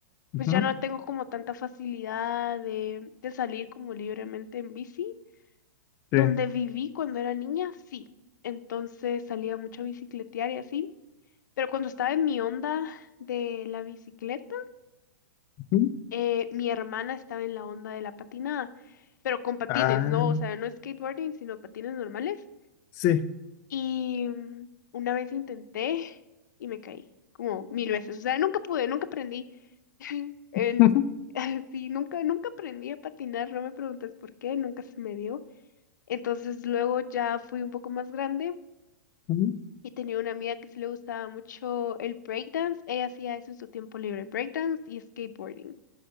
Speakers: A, on the left; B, on the left.
A: ujú,
B: pues ya no tengo como tanta facilidad de, de salir como libremente en bici. Donde
A: sí.
B: viví cuando era niña, sí. Entonces salía mucho a bicicletear y así. Pero cuando estaba en mi onda de la bicicleta,
A: ujú.
B: eh, mi hermana estaba en la onda de la patinada, pero con patines,
A: Ah,
B: ¿no? O sea, no skateboarding, sino patines normales.
A: sí.
B: Y mm, una vez intenté y me caí como mil veces. O sea, nunca pude, nunca aprendí. <laughs> En,
A: <laughs>
B: <laughs> sí, nunca, nunca aprendí a patinar, no me preguntes por qué, nunca se me dio. Entonces luego ya fui un poco más grande
A: Ujú.
B: Y tenía una amiga que sí le gustaba mucho el breakdance. Ella hacía eso en su tiempo libre, breakdance y skateboarding.